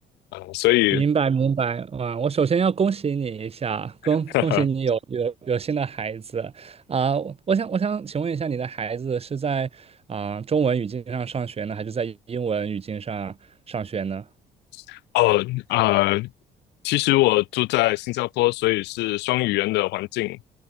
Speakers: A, on the left; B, on the right.
A: 啊、所以
B: 明白明白，哇！我首先要恭喜你一下，恭恭喜你有有有新的孩子啊！
A: <laughs> 哈哈。
B: 我想我想请问一下，你的孩子是在啊、中文语境上上学呢，还是在英文语境上上学呢？
A: <laughs> 哦，啊、其实我住在新加坡，所以是双语言的环境